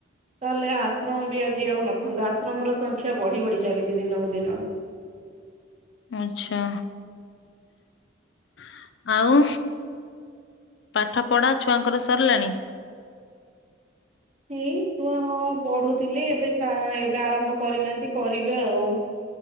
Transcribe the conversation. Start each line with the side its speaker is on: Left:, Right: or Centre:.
Right: ତାହେଲେ ଆଶ୍ରମ ବି ଆଜି ଆଉ ନଥାନ୍ତା। ଆଶ୍ରମ ର ସଂଖ୍ୟା ବଢି ବଢି ଚାଲିଛି ଦିନକୁ ଦିନ।
Left: ଆଛା <inaudible> ଆଉ ପାଠ ପଢା ଛୁଆଙ୍କର ସରିଲାଣି।
Right: ଏଇ ଛୁଆ ହଁ ପଢୁଥିଲେ। ଏବେ ସେ ଏବେ ଆରମ୍ଭ କରିନାହାନ୍ତି, କରିବେ ଆଉ।